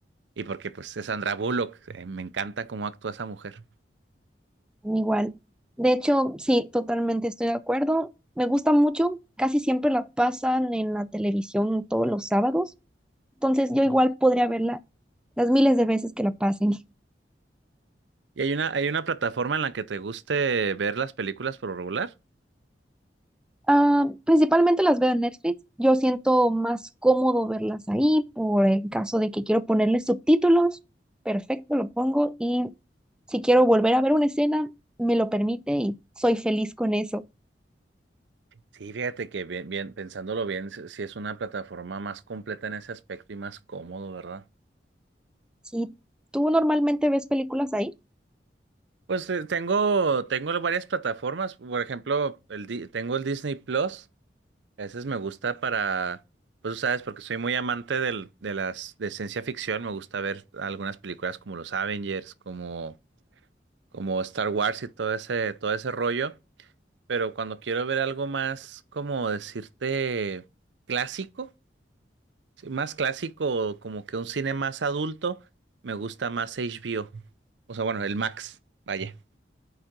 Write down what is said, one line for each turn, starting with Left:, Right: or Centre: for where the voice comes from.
Right: Y porque pues es Sandra Bullock, eh, me encanta cómo actúa esa mujer.
Centre: Igual. De hecho, sí, totalmente estoy de acuerdo. Me gusta mucho. Casi siempre la pasan en la televisión todos los sábados. Entonces
Right: Ujú.
Centre: yo igual podría verla las miles de veces que la pasen.
Right: ¿Y hay una, hay una plataforma en la que te guste ver las películas por lo regular?
Centre: Ah, principalmente las veo en Netflix. Yo siento más cómodo verlas ahí por el caso de que quiero ponerle subtítulos. Perfecto, lo pongo. Y si quiero volver a ver una escena, me lo permite y soy feliz con eso.
Right: Sí, fíjate que bien, bien, pensándolo bien, sí sí es una plataforma más completa en ese aspecto y más cómodo, ¿verdad?
Centre: Si tú normalmente ves películas ahí.
Right: Pues eh, tengo, tengo varias plataformas, por ejemplo, el, Di- tengo el Disney Plus, ese es- me gusta para, pues tú sabes, porque soy muy amante del, de las de ciencia ficción, me gusta ver algunas películas como los Avengers, como, como Star Wars y todo ese, todo ese rollo, pero cuando quiero ver algo más, como decirte, clásico, sí, más clásico, como que un cine más adulto, me gusta más HBO, o o sea, bueno, el Max, vaya.